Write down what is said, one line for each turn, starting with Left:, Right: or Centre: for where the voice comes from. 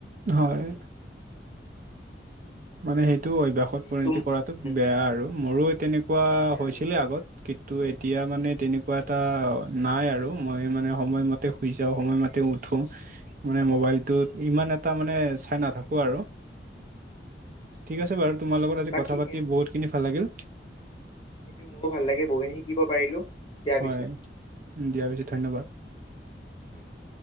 Right: হয়। মানে সেইটো অভ্যাসত
Left: বাকী
Right: পৰিণতি
Left: তুম
Right: কৰাটো
Left: উম
Right: বেয়া আৰু, মোৰো তেনেকুৱা
Left: বেয়া
Right: হৈছিলে
Left: আৰু
Right: আগত। কিন্তু এতিয়া মানে
Left: উম
Right: তেনেক এনেকুৱা এটা নাই আৰু, মই মানে সময়মতে
Left: উম উম
Right: শুই যাওঁ সময়মতে উঠো। মানে মোবাইলটোত
Left: উম
Right: ইমান এটা মানে চাই নাথাকো
Left: উম
Right: আৰু।
Left: উম উম
Right: ঠিক আছে বাৰু তোমাৰ লগত আজি
Left: বাকী
Right: কথা পাতি
Left: উম
Right: বহুতখিনি
Left: উম
Right: ভাল লাগিল।
Left: সেইটো মোৰো ভাল লাগে বহু শিকিব পাৰিলো। দিয়া
Right: হয়।
Left: পিছে
Right: দিয়া পিছে ধন্যবাদ।
Left: ওম'।